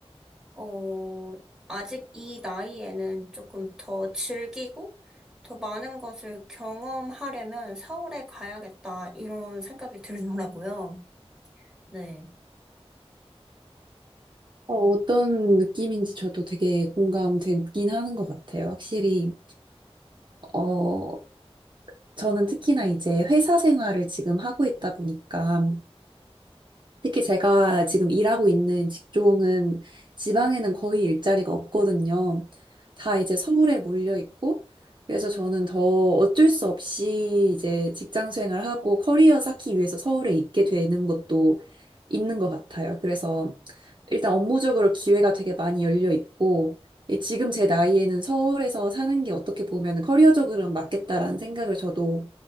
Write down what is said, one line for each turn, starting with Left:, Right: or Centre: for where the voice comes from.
Centre: 어, 아직 이 나이에는 조금 더 즐기고, 더 많은 것을 경험하려면 서울에 가야겠다, 이런 생각이 들더라고요. 네.
Right: 어, 어떤 느낌인지 저도 되게 공감되긴 하는 것 같아요. 확실히, 어, 저는 특히나 이제 회사 생활을 지금 하고 있다 보니까, 특히 제가 지금 일하고 있는 직종은 지방에는 거의 일자리가 없거든요. 다 이제 서울에 몰려 있고, 그래서 저는 더 어쩔 수 없이 이제 직장 생활하고 커리어 쌓기 위해서 서울에 있게 되는 것도 있는 것 같아요. 그래서 일단 업무적으로 기회가 되게 많이 열려 있고, 예, 지금 제 나이에는 서울에서 사는 게 어떻게 보면 커리어적으로는 맞겠다라는 생각을 저도